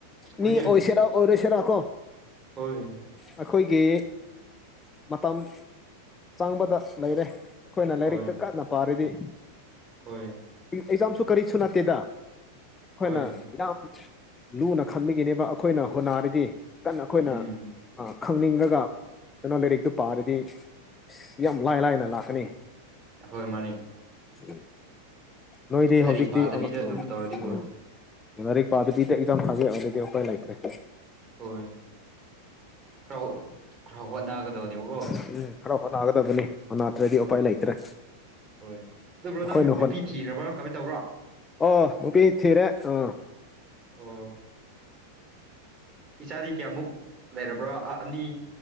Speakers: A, on the right; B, on the left.
A: ꯍꯣꯏꯅꯦ
B: ꯃꯤ ꯑꯣꯏꯁꯤꯔꯥ ꯑꯣꯏꯔꯣꯏꯁꯤꯔꯥ ꯀꯣ
A: ꯍꯣꯏ
B: ꯑꯩꯈꯣꯏꯒꯤ ꯃꯇꯝ ꯆꯪꯕꯗ ꯂꯩꯔꯦ ꯑꯩꯈꯣꯏꯅ ꯂꯥꯏꯔꯤꯛꯇ
A: ꯍꯣꯏ
B: ꯀꯟꯅ ꯄꯥꯔꯗꯤ
A: ꯍꯣꯏ
B: ꯑꯦꯛꯖꯥꯝꯁꯨ ꯀꯔꯤꯁꯨ ꯅꯠꯇꯦꯗ ꯑꯩꯈꯣꯏꯅ
A: ꯍꯣꯏ
B: ꯌꯥꯝ ꯂꯨꯅ ꯈꯟꯕꯒꯤꯅꯦꯕ ꯑꯩꯈꯣꯏꯅ ꯍ‌ꯣꯠꯅꯔꯗꯤ ꯀꯟꯅ ꯑꯩꯈꯣꯏꯅ
A: ꯎꯝ
B: ꯑ ꯐꯪꯅꯤꯡꯉꯒ ꯀꯩꯅꯣ ꯂꯥꯏꯔꯤꯛꯇꯨ ꯄꯥꯔꯗꯤ ꯑꯁ ꯌꯥꯝ ꯂꯥꯏ ꯂꯥꯏꯅ ꯂꯥꯛꯀꯅꯤ
A: ꯍꯣꯏ ꯃꯥꯅꯦ
B: ꯎꯝ ꯅꯣꯏꯗꯤ
A: ꯂꯥꯏꯔꯤꯛ
B: ꯍꯧꯖꯤꯛꯇꯤ
A: ꯄꯥꯗꯕꯤꯗ
B: ꯑꯪ
A: ꯑꯗꯨꯝ
B: ꯎꯝ
A: ꯇꯧꯔꯗꯤ ꯍꯣꯏ
B: ꯎꯝ ꯂꯥꯏꯔꯤꯛ ꯄꯥꯗꯕꯤꯗ ꯑꯦꯛꯖꯥꯝ ꯊꯥꯕ ꯌꯥꯗ꯭‌ꯔꯗꯤ ꯎꯄꯥꯏ ꯂꯩꯇ‌ꯦ
A: ꯍꯣꯏ ꯈꯔ ꯈꯔ ꯍꯣꯠꯅꯒꯗꯕꯅꯦꯕꯀꯣ
B: ꯎꯝ ꯈꯔ ꯍꯣꯠꯅꯒꯗꯕꯅꯤ ꯍ‌ꯣꯠꯅꯗ꯭ꯔꯗꯤ
A: ꯍꯣꯏ
B: ꯎꯄꯥꯏ ꯂꯩꯇ꯭ꯔꯦ
A: ꯍꯣꯏ ꯑꯗꯨ ꯕ꯭ꯔꯣ
B: ꯃꯈꯣꯏꯅ
A: ꯅꯪ ꯅꯨꯄꯤ
B: ꯍꯣꯠ
A: ꯊꯤꯈ꯭ꯔꯕ꯭ꯔꯥ ꯀꯃꯥꯏꯅ ꯇꯧꯕ꯭ꯔꯥ
B: ꯑꯣ ꯅꯨꯄꯤ ꯊꯤꯔꯦ ꯑ
A: ꯑꯣ ꯏꯆꯥꯗꯤ ꯀꯌꯥꯃꯨꯛ ꯂꯩꯔꯕ꯭ꯔꯥ ꯑꯅꯤ